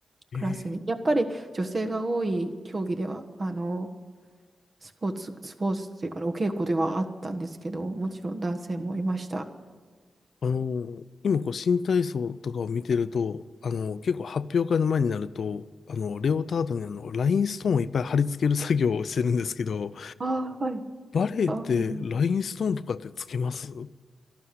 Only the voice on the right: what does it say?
クラスに。やっぱり女性が多い競技では、あの、スポーツ、スポーツっていうか、お稽古ではあったんですけど、もちろん男性もいました。
ああ、はい。
かわいい。